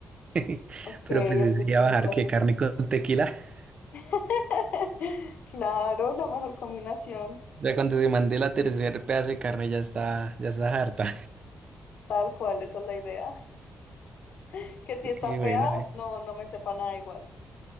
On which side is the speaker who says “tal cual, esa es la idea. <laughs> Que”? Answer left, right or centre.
Left